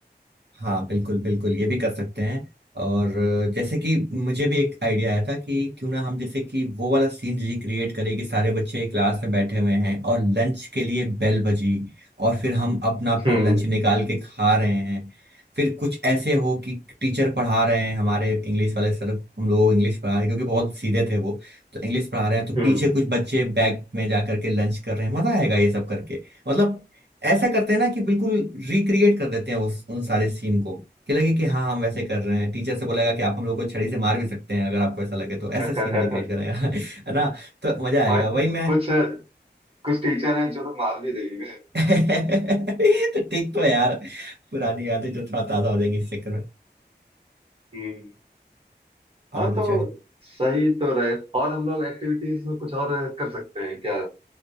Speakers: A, on the right; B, on the right.
A: हाँ बिल्कुल बिल्कुल ये भी कर सकते हैं और अ, जैसे कि मुझे भी एक आइडिया आया था कि क्यों ना हम जैसे कि वो वाला सीन रिक्रिएट करें कि सारे बच्चे क्लास में बैठे हुए हैं और लंच के लिए बेल बजी और फिर हम अपना अपना
B: हम्म
A: लंच निकाल के खा रहे हैं फिर कुछ ऐसे हो कि टीचर पढ़ा रहे हैं हमारे इंग्लिश वाले सर हम लोग इंग्लिश पढ़ा रहे हैं क्योंकि बहुत सीधे थे वो तो इंग्लिश पढ़ा रहे हैं तो
B: हम्म
A: पीछे कुछ बच्चे बैग में जा करके लंच कर रहे हैं मजा आएगा ये सब करके मतलब ऐसा करते हैं ना कि बिल्कुल रिक्रिएट कर देते हैं उस उन सारे सीन को कि लगे कि हाँ हम वैसे कर रहे हैं टीचर से बोलेगा कि आप हम लोग को छड़ी से मार भी सकते हैं अगर आपको ऐसा लगे तो
B: <laughs>
A: ऐसा सीन रिक्रिएट करेगा <laughs> है ना तो मजा आएगा
B: बट
A: वही मैं
B: कुछ कुछ टीचर हैं जो तो मार भी देंगे
A: <laughs> तो ठीक तो है यार पुरानी यादें जो थोड़ा ताजा हो जाएंगी इस चक्कर में
B: हम्म
A: और
B: हाँ तो
A: जो है
B: सही तो रहे और हम लोग एक्टिविटीज में कुछ और कर सकते हैं क्या